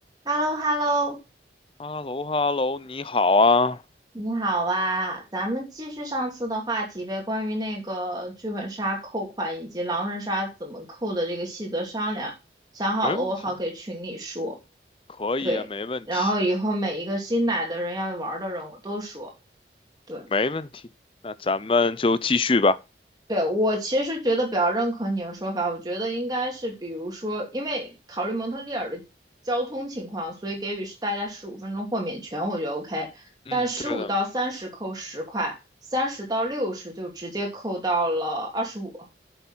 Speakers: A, on the right (about 20°); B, on the left (about 30°).
A: h e l l o h e l l o
B: 哈喽哈喽，你好啊，
A: 你好啊，咱们继续上次的话题呗，关于那个剧本杀扣款以及狼人杀怎么扣的这个细则商量，想好了我好给群里说，
B: 没问题，可以啊，
A: 对，
B: 没问题，
A: 然后以后每一个新来的人要玩的人我都说，对，
B: 没问题。那咱们就继续吧。
A: 对，我其实觉得比较认可你的说法，我觉得应该是，比如说，因为考虑蒙特利尔的交通情况，所以给予是大家十五分钟豁免权，我觉得 OK。
B: 嗯，
A: 但十五到三十扣十块，
B: 对的，
A: 三十到六十就直接扣到了二十五。